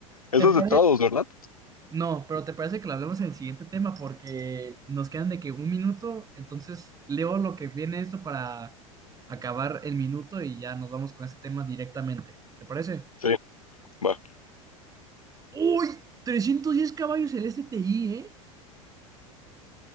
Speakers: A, on the left; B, on the right.
A: Eso
B: ¿Te
A: es
B: pare-
A: de todos, ¿verdad?
B: No, pero ¿te parece que lo hablemos en el siguiente tema? Porque nos quedan de que un minuto, entonces leo lo que viene esto para acabar el minuto y ya nos vamos con ese tema directamente. ¿Te parece?
A: Sí, va.
B: ¡Uy! trescientos diez caballos el S T I, ¿eh?